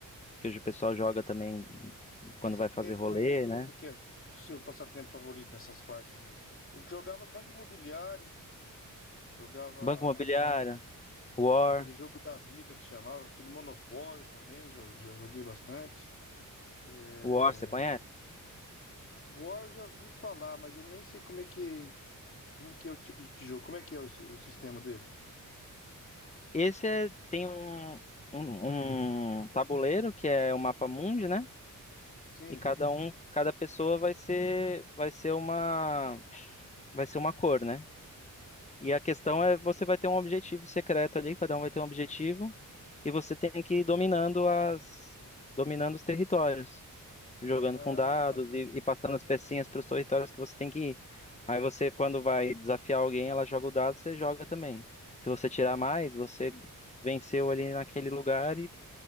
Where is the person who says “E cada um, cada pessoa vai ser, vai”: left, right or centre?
Left